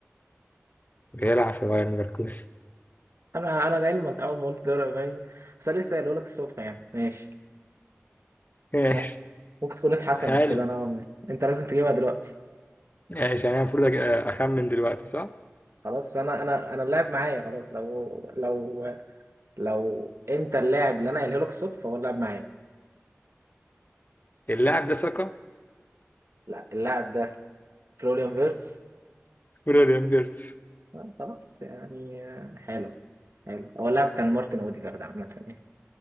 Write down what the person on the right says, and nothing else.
أنا على لعلمك أول ما قلت الدوري الألماني بس أنا لسه قايله لك الصبح يعني ماشي
مم- ممكن تكون اتحسنت
كده نوعا ما أنت لازم تجيبها دلوقتي
خلاص أنا أنا أنا اللاعب معايا خلاص لو لو لو أنت اللاعب اللي أنا قايله لك الصبح فهو اللاعب معايا
لا اللاعب ده فلوريان فيرتس
آه، خلاص يعني آه، حلو حلو هو اللاعب كان مارتن أوديجارد عامة يعني.